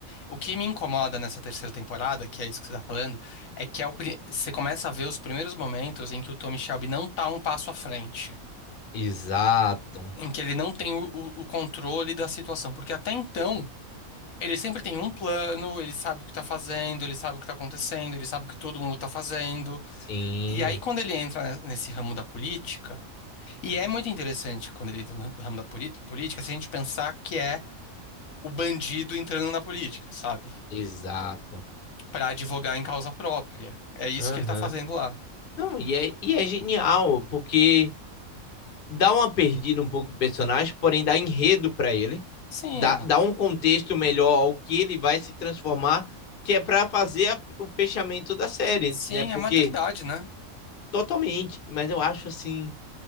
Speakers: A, on the left; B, on the left.
A: O que me incomoda nessa terceira temporada, que é isso que você tá falando, é que é o pri- você começa a ver os primeiros momentos em que o Tommy Shelby não tá um passo à frente,
B: Exato.
A: em que ele não tem o, o- o controle da situação, porque até então ele sempre tem um plano, ele sabe o que tá fazendo, ele sabe o que tá acontecendo, ele sabe o que todo mundo tá fazendo.
B: Sim,
A: E aí quando ele entra ne- nesse ramo da política, e é muito interessante quando ele entra no ramo da poli- política, se a gente pensar que é o bandido entrando na política, sabe?
B: exato.
A: Pra advogar em causa própria. É isso
B: Aham.
A: que ele tá fazendo lá.
B: Não, e é, e é genial, porque dá uma perdida um pouco o personagem, porém dá enredo para ele,
A: Sim,
B: dá,
A: é, ma-
B: dá um contexto melhor ao que ele vai se transformar, que é para fazer a- o fechamento da série,
A: sim,
B: né? Porque
A: é maturidade, né?
B: totalmente, mas eu acho assim